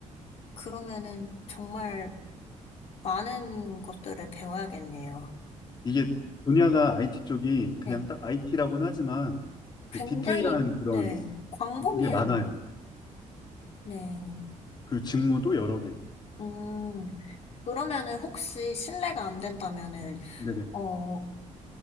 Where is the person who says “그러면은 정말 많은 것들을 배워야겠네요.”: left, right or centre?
Left